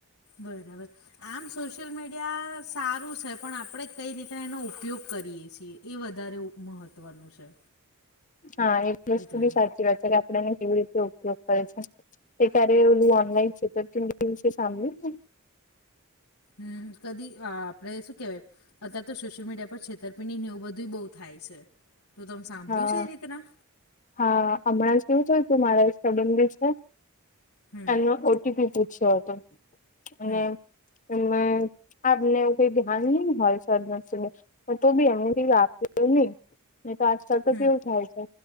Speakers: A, on the left; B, on the left.
A: બરાબર. આમ સોશિયલ મીડિયા સારું છે પણ આપણે કઈ રીતે એનો ઉપયોગ કરીએ છીએ. એ વધારે મહત્ત્વનું છે.
B: હા એ વસ્તુ
A: એટલે
B: બી સાચી વાત છે કે આપ આપડે કેવી રીતે ઉપયોગ કરે છે તે ક્યારે ઓલું ઓનલાન છેતરપિંડી સાંભળ્યું છે.
A: હમ કદી આપડે શું કેવાય. અત્યારે તો સોશિયલ મીડિયા પર છેતરપિડ ની નેવું બધું બહુ થાય છે તો તમે સાંભળ્યું
B: હા
A: છે એ રીતના.
B: હા હમણાં જ કેવું થયું તુ મારા એક સબંધી છે.
A: હમ
B: એમનો ઓ. ટી. પી પૂછ્યો હતો. અને
A: હમ
B: એમાં આપને કોઈ ધ્યાન નહી હોય સદનસીબે. તો બી એમને કઈ આપેલું નહી. નહી તો આજકાલ તો
A: હમ
B: કેવું થાય છે